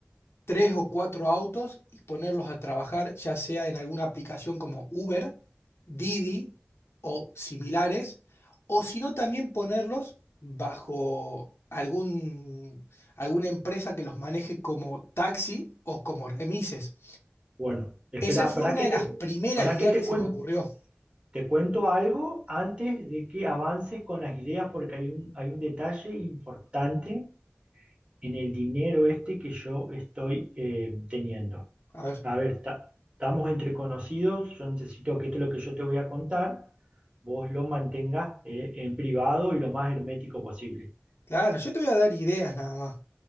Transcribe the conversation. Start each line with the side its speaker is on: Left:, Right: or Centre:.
Left: tres o cuatro autos y ponerlos a trabajar, ya sea en alguna aplicación como Uber, Didi o similares, o si no, también ponerlos bajo algún, alguna empresa que los maneje como taxi o como remises.
Right: bueno, espera,
Left: Esa fue
Right: ¿para
Left: una
Right: que
Left: de
Right: te,
Left: las primeras
Right: para
Left: ideas
Right: que te,
Left: que se
Right: cuen-
Left: me ocurrió.
Right: te cuento algo antes de que avances con las ideas? Porque hay un, hay un detalle importante en el dinero este que yo estoy eh, teniendo.
Left: A ver,
Right: A ver, ta- estamos entre conocidos, yo necesito que esto es lo que yo te voy a contar, vos lo mantengas eh, en privado y lo más hermético posible.
Left: claro, yo te voy a dar ideas nada más.